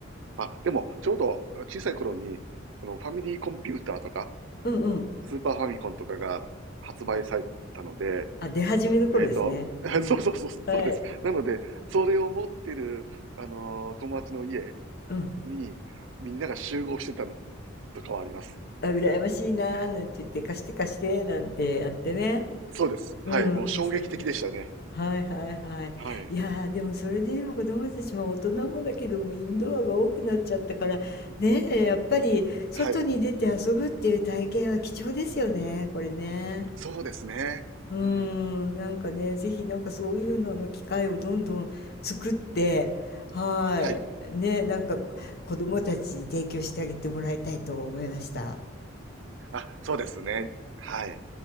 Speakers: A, on the right (about 70°); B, on the left (about 55°).
A: あ、でも、ちょうど小さい頃に、そのファミリーコンピューターとか、
B: うんうん。
A: スーパーファミコンとかが発売されたので、
B: あ、出始めの頃ですね。
A: えっと、<laughs>
B: うん。
A: そうそうそう、そうです。
B: はい。
A: なので、それを持ってる、あのー友達の家
B: うん。
A: に、みんなが集合してたのとかはあります。
B: あ、羨ましいな、なんて言って、貸して貸して、なんてやってね。
A: そうです。
B: うん。
A: はい。もう衝撃的でしたね。
B: 遊んでた。はいはいはい。
A: はい。
B: いやーでもそれで今子供たちも大人もだけどもインドアが多くなっちゃったからねえやっぱり外に出て遊ぶっていう体験は貴重ですよねこれね。
A: はい。そうですね。
B: うー
A: うん。
B: んなんかねぜひなんかそういうのの機会をどんどん作ってはいねなんかこ子供たちに提供してあげてもらいたいと思いました。
A: はい。あ、そうですね。はい。